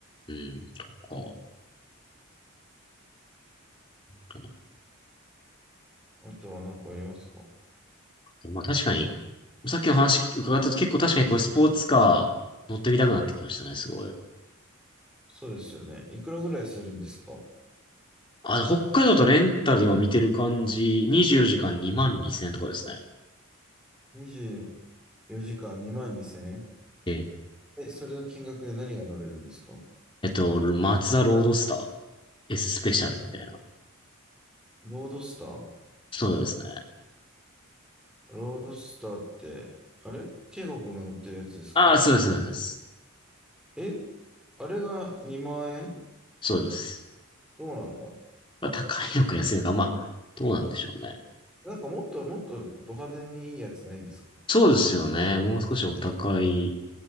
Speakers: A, on the left; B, in the centre.
A: うん、とか。う
B: あとは何かありますか
A: ん、まあ確かに、さっきの話伺ったと結構確かにこれスポーツカー乗ってみたくなってきましたね、すごい。
B: そうですよね。いくらぐらいするんですか
A: あ、北海道とレンタルで今見てる感じ、24時間2万2000円とかですね。
B: ?24 時間2万2000円
A: ええ。
B: えん、えそれの金額で何が乗れるんですか
A: えっと、マツダロードスター S スペシャルみたいな。
B: ロードスター
A: そうですね。
B: ロードスターって、あれケイゴくんが乗ってるやつですか
A: ああ、そうです、そうです。
B: えあれが2万円
A: そうです。そうです
B: どうなんだ
A: まあ、高いのか安いのか、まあ、どうなんでしょうね。
B: なんかもっともっとド派手にいいやつないんですか
A: そうですよね。もう少しお高い
B: はい